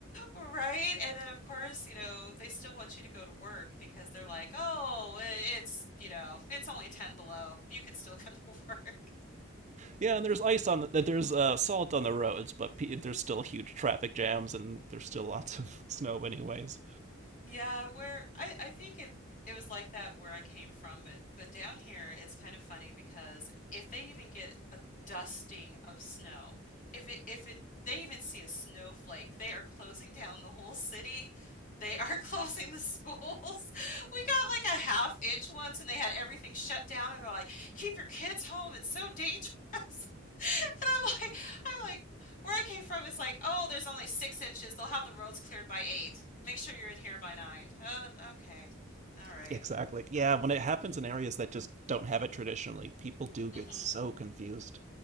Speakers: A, on the left; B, on the right.
A: Right? And then of course, you know, they still want you to go to work because they're like, "Oh, i- it's, you know, it's only 10 below. You can still <laughs> come to work."
B: Yeah, and there's ice on the, there's uh, salt on the roads, but pe- there's still huge traffic jams, and there's still <laughs> lots of snow, anyways.
A: Yeah, where I, I think it it was like that where I came from, but but down here it's kind of funny because if they even get a dusting of snow, if it if it they even see a snowflake, they are closing down the whole city. They are <laughs> closing the schools. <laughs> We got like a half inch once and they had everything shut down and they're like, "Keep your kids home. It's so dangerous." <laughs> And I'm like, I'm like, where I came from is like, oh, there's only six inches. They'll have the roads cleared by eight. Make sure you're in here by nine. Uh, okay. All right.
B: Exactly. Yeah, when it happens in areas that just don't have it traditionally, people do get
A: Mm-hmm.
B: so confused.